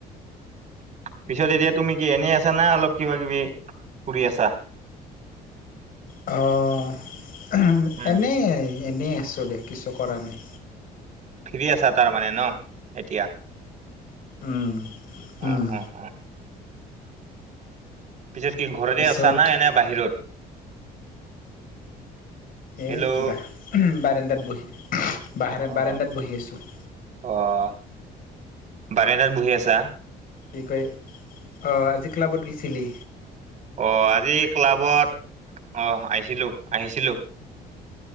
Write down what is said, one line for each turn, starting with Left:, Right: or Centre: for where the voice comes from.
Right: পিছত এতিয়া তুমি কি এনেই আছা না অলপ কিবা কিবি কৰি আছা?
Left: অ'।
Right: উম
Left: এনেই এনেই আছো দে কিছু কৰা নাই।
Right: ফ্ৰী আছা তাৰমানে ন এতিয়া?
Left: উম
Right: অ
Left: উম।
Right: অ অ পিছত কি ঘৰতে
Left: পিছত
Right: আছা না এনে বাহিৰত? হেল্ল'
Left: এই কিবা বাৰাণ্ডাত বহি বাহাৰত
Right: অ অ
Left: বাৰাণ্ডাত বহি আছোঁ।
Right: অ'। বাৰেণ্ডাত বহি আছা।
Left: কি কয় অ' আজি ক্লাবত গৈছিলি।
Right: অ' আজি ক্লাবত অ' আহিছিলোঁ আহিছিলোঁ।